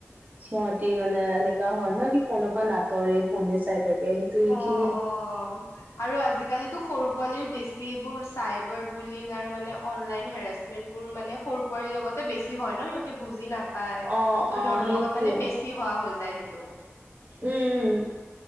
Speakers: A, on the right; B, on the left.
A: সিহতি মানে এনেকা হয় ন কি ফোনৰ পৰা নাটৰে ফোনে চাই <unintelligible> সেইখিনি
B: অ অ আৰু আজিকালিতো সৰু পোৱালিৰ বেছি বোৰ চাইবাৰ বুলিং আৰু মানে অনলাইন হেৰাচমেন্ট বোৰ মানে সৰু পোৱালীৰ লগতে বেছি হয় ন সিহঁতি। <unintelligible> বুজি নাপাই ত'
A: অ
B: সিহঁতৰ
A: অ সেইটোৱে
B: লগত মানে বেছি হোৱা হৈ যায় সেইটো।
A: উম